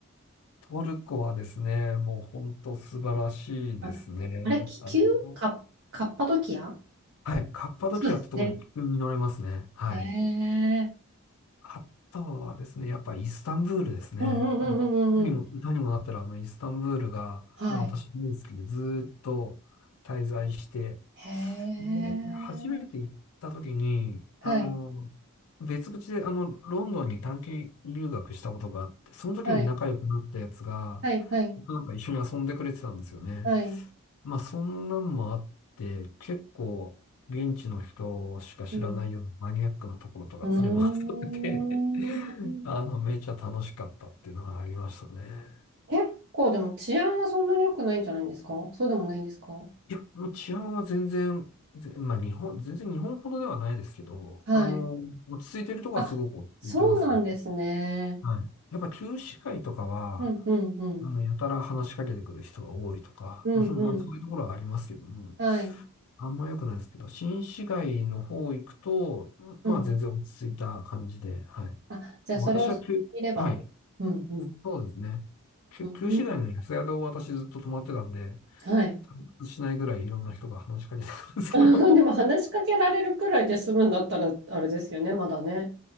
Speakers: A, on the left; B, on the right.
A: トルコはですね、もう本当素晴らしいですね。
B: あ、あれ、気球カ、
A: あの、
B: カッパドキア
A: はい。カッパドキアってところで急に乗れますね。
B: そうですね。
A: はい。
B: へえ。
A: あとはですね、やっぱイスタンブールですね。
B: うんうんうんうんうんうん。
A: あの歌にも、歌にもなったら、あの、イスタンブールが、
B: はい。
A: もう私大好きで、ずーっと滞在して、
B: へえ。
A: で、初めて行った時に、
B: はい。
A: あの、別口で、あの、ロンドンに短期留学したことがあって、その時に仲良くなったやつが、
B: はい。はい。はい。
A: なんか一緒に遊んでくれてたんですよね。
B: はい。
A: まあ、そんなんもあって、結構、現地の人しか知らないようなマニアックなところとか連れ回されて
B: うん。うー
A: <laughs>
B: ん。
A: あの、めちゃ楽しかったっていうのはありましたね。
B: 結構でも治安はそんなに良くないんじゃないんですかそうでもないんですか
A: いや、もう治安は全然、ぜまあ、日本、全然日本ほどではないですけど、
B: はい。
A: あの、落ち着いてるとこはすごく落ち着いてますね
B: あ、そうなんですね。
A: はい。やっぱ旧市街とかは、
B: うんうんうん。
A: あの、やたら話しかけてくる人が多いとか、
B: うんうん。
A: <laughs> まあそういうところはありますけども、
B: はい。
A: あんま良くないですけど、新市街の方行くと、うんまあ全然落ち着いた感じで、
B: うん。
A: はい。
B: あ、じゃあそれを知っていれば。
A: 私は旧、はい、
B: うんうん。
A: そうですね。旧、
B: うんうん。
A: 旧市街の安宿を私ずっと泊まってたんで、
B: はい。
A: 旅立ちしないぐらいいろんな人が話しかけてくるんですけど、
B: <laughs> でも話しかけられるくらいで済むんだったらあれですよね。まだね。